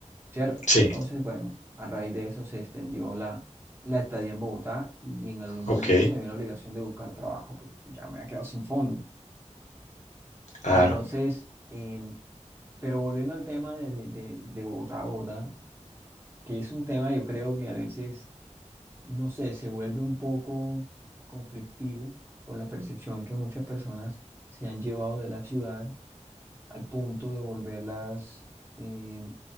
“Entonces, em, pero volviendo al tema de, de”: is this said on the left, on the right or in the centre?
Right